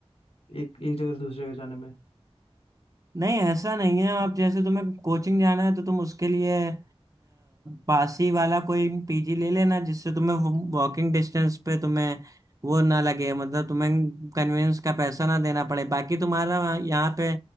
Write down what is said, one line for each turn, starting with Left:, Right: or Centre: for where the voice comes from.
Left: एक एक जगह से दूसरी जगह जाने में
Right: नहीं ऐसा नहीं है आप जैसे तुम्हें कोचिंग जाना है तो तुम उसके लिए अ, पास ही वाला कोई पीजी ले लेना जिससे तुम्हें वॉकिंग डिस्टेंस पे तुम्हें वो ना लगे मतलब तुम्हें कन्वेंस का पैसा ना देना पड़े बाकी तुम्हारा वहाँ- यहाँ पे